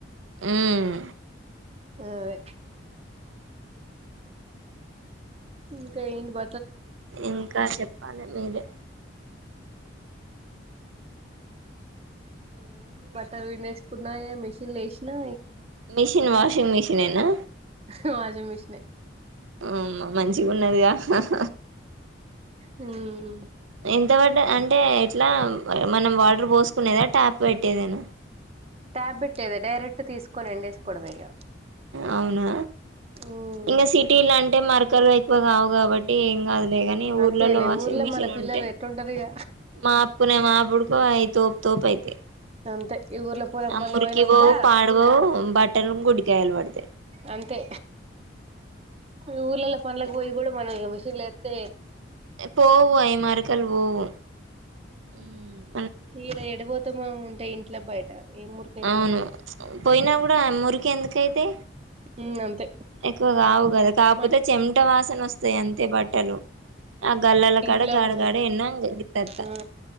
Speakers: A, on the right (about 80°); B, on the right (about 30°).
A: హ్మ్
B: అవే ఇంకా ఏంటి బ
A: ఇంకా చెప్పాలి మీరే
B: ఏముంది బట్టలు పిండేసుకున్నాయే మిషిన్లో ఏసినా.
A: మిషన్ వాషింగ్ మిషన్ ఏనా
B: హ వాషింగ్ మిషన్నే
A: హ్మ్ మంచిగున్నది గా హహ
B: హ్మ్
A: ఎంతపడ్డ అంటే ఎట్లా మనం వాటర్ పోసుకునేదా ట్యాప్ పెట్టేదేనా.
B: ట్యాబ్ పెట్టేదే డైరెక్ట్ తీసుకొని ఎండేసుకోవడమే ఇక
A: అవునా
B: ఉమ్
A: ఇంకా సిటీలా అంటే మర్ క్కల్ ఎక్కువ కావు కాబట్టి ఏం కాదులే కాని ఊర్లలో
B: అంతేలే
A: వాషింగ్
B: ఊర్లో
A: మిషన్
B: మన పిల్లలు
A: ఉంటే
B: ఎట్లుంటారు ఇగ
A: మాపుకునే మాపుడుకు అవి తో తోపైతయ్
B: అంతే ఈ ఊర్లో పొలం
A: ఆ
B: పనులకు
A: మురికిపోవు
B: పోయినా కూడా
A: పాడుపోవు బట్టలు గుడ్డికాయలు పడుతాయ్
B: అంతే ఈ ఊర్లల్ల పనులకు పోయి కూడా మనం ఏ మిషన్లోఎత్తే
A: పోవు అవి మరకలు పోవు ఉమ్
B: ఈడ ఏడపోతామో ఉంటే ఇంట్ల బయట ఏ మురికైతాయి
A: అవును పోయినా కూడా మురికి ఎందుకై తే
B: ఉమ్ అంతే
A: ఎక్కువ కావు కదా కాపుతే
B: మట్టి
A: చెమ్ పుట్ట వాసన వస్తాయి అంతే బట్టలు ఆ గల్లాల కాడే
B: ఇట్లా
A: గగాడ
B: ఉండవు
A: గగాడే ఎన్నత్తత్త
B: ఆ